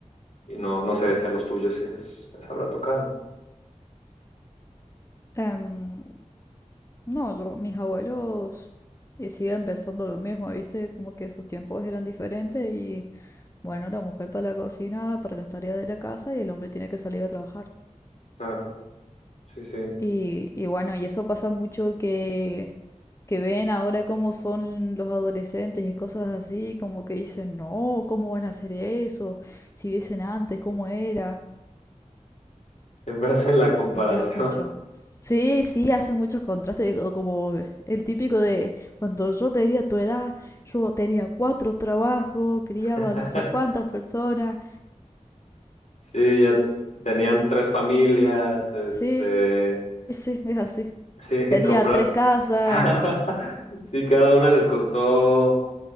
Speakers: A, on the left (about 65°); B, on the left (about 20°).
A: y no, no sé si a los tuyos sí les, les habrá tocado.
B: Em, no, yo, mis abuelos eh, siguen pensando lo mismo, ¿viste? Como que sus tiempos eran diferentes y bueno, la mujer para la cocina, para las tareas de la casa y el hombre tiene que salir a trabajar.
A: Claro, sí, sí.
B: Y, y bueno, y eso pasa mucho que que ven ahora cómo son los adolescentes y cosas así, como que dicen, no, ¿cómo van a hacer eso? Si viesen antes, ¿cómo era?
A: Siempre <laughs> hacen la comparación.
B: Entonces hace mucho. Sí, sí, hace muchos contrastes, o como el típico de cuando yo tenía tu edad, yo tenía cuatro trabajos, criaba
A: <laughs>
B: no sé cuántas personas.
A: Sí, ya tenían tres familias, este,
B: Sí, sí, es así.
A: <laughs> sí,
B: Tenía
A: comprar.
B: tres casas.
A: <laughs> Sí, cada una les costó